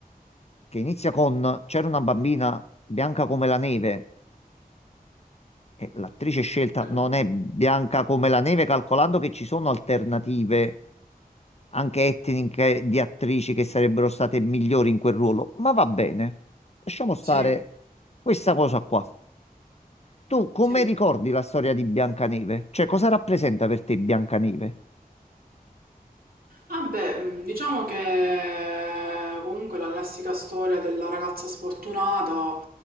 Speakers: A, on the left; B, on the right.
A: che inizia con C'era una bambina bianca come la neve, e l'attrice scelta
B: Ok.
A: non è bianca come la neve, calcolando che ci sono alternative anche etniche di attrici che sarebbero state migliori in quel ruolo, ma va bene. Lasciamo stare
B: Sì,
A: questa cosa qua. Tu come
B: sì.
A: ricordi la storia di Biancaneve? Cioè, cosa rappresenta per te Biancaneve?
B: Ah beh, mh, diciamo che eh, comunque la classica storia della ragazza sfortunata